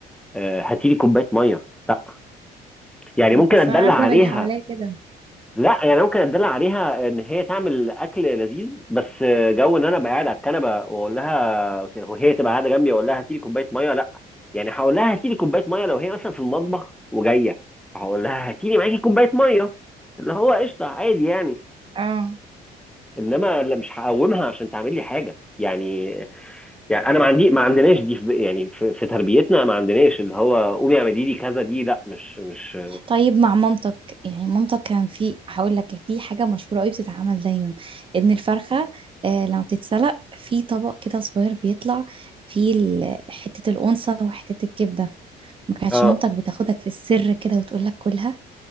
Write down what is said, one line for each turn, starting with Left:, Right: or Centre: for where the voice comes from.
Centre: آه هاتيلي كوبايه ميه لا يعني
Right: امم
Centre: ممكن
Right: اصلا
Centre: اتدلع
Right: اغلب
Centre: عليها
Right: اللي حواليا كده
Centre: لا يعني ممكن اتدلع عليها ان هي تعمل اكل لذيذ بس جو ان انا ابقى قاعد على الكنبه واقول لها وهي تبقى قاعده جنبي واقول لها هاتي لي كوبايه ميه لا يعني هقول لها هاتي لي كوبايه ميه لو هي مثلا في المطبخ وجايه هقول لها هاتي لي معاكي كوبايه ميه اللي هو قشطه عادي يعني
Right: اه
Centre: انما لا مش هقومها عشان تعمل لي حاجه يعني يعني انا ما عندي ما عندناش دي في يعني في, في تربيتنا ما عندناش اللي هو قومي اعملي لي كذا دي لا مش مش
Right: طيب مع مامتك يعني مامتك كان في هقول لك في حاجة مشهورة قوي بتتعمل دايما ان الفرخة آه لما بتتسلق في طبق كده صغير بيطلع فيه ال- حتة الأنثى وحتة الكبدة ما كانتش
Centre: اه
Right: مامتك بتاخدك في السر كده وتقول لك كلها